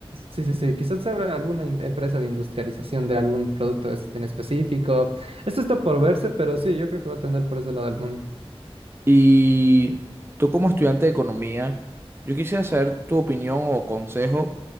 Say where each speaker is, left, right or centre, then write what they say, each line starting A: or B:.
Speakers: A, on the right; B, on the right.
A: Sí, sí, sí. Quizás habrá alguna im- empresa de industrialización de algún producto es- en específico. Esto está por verse, pero sí, yo creo que va a tender por ese lado del mundo.
B: Y tú como estudiante de economía, yo quisiera saber tu opinión o consejo